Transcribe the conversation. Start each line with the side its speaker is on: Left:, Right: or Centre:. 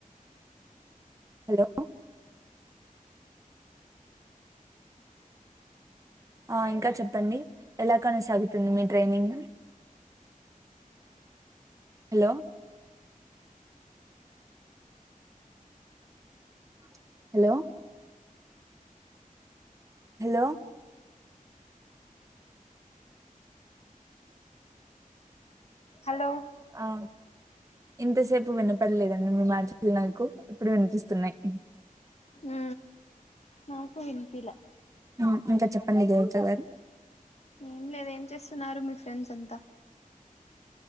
Right: హలో ఆ ఇంకా చెప్పండి ఎలా కొనసాగుతుంది మీ ట్రైనింగ్ హలో ఆ హలో హలో
Left: హలో
Right: అ ఇంతసేపు వినపడలేదండి మీ మాటలు నాకు ఇప్పుడు వినిపిస్తున్నాయి.
Left: ఉ నాకు వినిపియిలా
Right: ఉ ఇంకా చెప్పండి దేవత గారు
Left: ఏం లేదు ఏం చేస్తున్నారు మీ ఫ్రెండ్స్ అంత